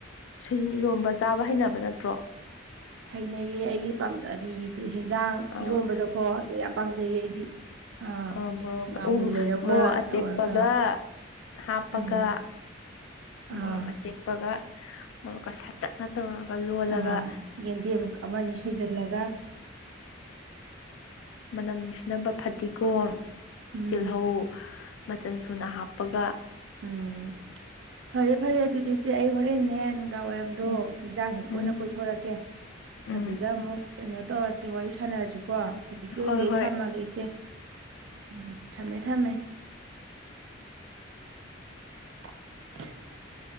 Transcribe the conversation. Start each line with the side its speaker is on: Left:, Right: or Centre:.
Left: ꯁꯣꯏꯟ ꯏꯔꯣꯝꯕ ꯆꯥꯕ ꯍꯩꯅꯕ ꯅꯠꯇ꯭ꯔꯣ
Right: ꯍꯩꯅꯩꯌꯦ ꯑꯩꯒꯤ ꯄꯥꯝꯖꯕꯤ ꯑꯗꯨ ꯍꯦꯟꯖꯥꯡ
Left: ꯑꯥ
Right: ꯏꯔꯣꯟꯝꯕꯗꯀꯣ ꯑꯗꯨ ꯌꯥꯝ ꯄꯥꯝꯖꯩꯌꯦ ꯑꯩꯗꯤ ꯑꯥ
Left: ꯑ ꯃ
Right: ꯉꯥꯃꯨ
Left: ꯎ
Right: ꯂꯩꯔꯧꯒ
Left: ꯃ ꯑꯇꯦꯛꯄꯒ
Right: ꯇꯧꯔꯒ
Left: ꯍꯥꯞꯄꯒ
Right: ꯎꯝ ꯑꯥ
Left: ꯃꯣꯔꯣꯛ ꯑꯇꯦꯛꯄꯒ ꯃꯣꯔꯣꯛꯀ ꯁꯥꯇꯠꯅ ꯇꯧꯔꯒ ꯂꯣꯜꯂꯒ
Right: ꯑꯥ ꯌꯦꯟꯗꯦꯝ ꯑꯃꯅꯤ ꯁꯣꯏꯖꯜꯂꯒ
Left: ꯃꯅꯝ ꯅꯨꯡꯁꯤꯅꯕ ꯐꯗꯤꯒꯣꯝ
Right: ꯎꯝ
Left: ꯇꯤꯜꯍꯧ ꯃꯆꯜ ꯁꯨꯅ ꯍꯥꯞꯄꯒ
Right: ꯎꯝ ꯐꯔꯦ ꯐꯔꯦ ꯑꯗꯨꯗꯤ ꯏꯆꯦ ꯑꯩ ꯍꯣꯔꯦꯟꯟꯅ ꯅꯨꯡꯗꯥꯡ ꯋꯥꯏꯔꯝꯗꯣ
Left: ꯎꯝ
Right: ꯍꯦꯟꯖꯥꯡ ꯍꯦꯛꯄ
Left: ꯎꯝ
Right: ꯑꯣꯏꯅ ꯀꯣꯏꯊꯣꯔꯛꯀꯦ
Left: ꯎꯝ
Right: ꯑꯗꯨꯗ ꯑꯃꯨꯛ ꯀꯩꯅꯣ ꯇꯧꯔꯁꯤ ꯋꯥꯔꯤ ꯁꯥꯟꯅꯔꯁꯤꯀꯣ ꯍꯧꯖꯤꯛꯀꯤ ꯑꯣꯏꯅꯗꯤ
Left: ꯍꯣꯏ
Right: ꯑꯩ
Left: ꯍꯣꯏ
Right: ꯊꯝꯃꯒꯦ ꯏꯆꯦ ꯎꯝ ꯊꯝꯃꯦ ꯊꯃꯦ <inaudible>